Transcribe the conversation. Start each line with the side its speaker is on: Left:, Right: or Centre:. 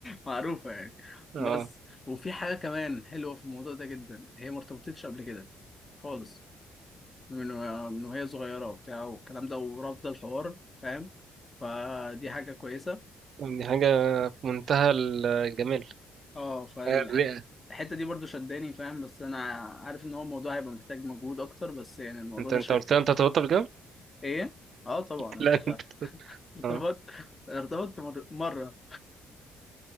Left: معروفة يعني
Right: آه.
Left: بس وفي حاجة كمان حلوة في الموضوع ده جدا هي ما ارتبطتش قبل كده خالص من و- من وهي صغيرة وبتاع والكلام ده ورافضة الحوار فاهم فدي حاجة كويسة
Right: دي حاجه في منتهى الجمال
Left: اه فالحتة
Right: الرئه
Left: دي برضو شداني فاهم بس أنا عارف إن هو الموضوع هيبقى محتاج مجهود أكتر بس يعني الموضوع
Right: انت
Left: ده
Right: انت
Left: ش...
Right: قلت لها انت ارتبطت قبل كده؟
Left: إيه؟ اه طبعا
Right: <laughs>
Left: قلت
Right: لا
Left: لها
Right: انت
Left: ارتبطت
Right: اه
Left: ارتبطت مر... مرة